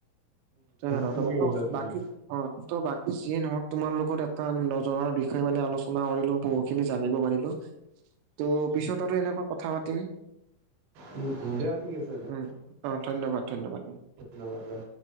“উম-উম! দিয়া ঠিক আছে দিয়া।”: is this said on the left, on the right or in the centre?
Right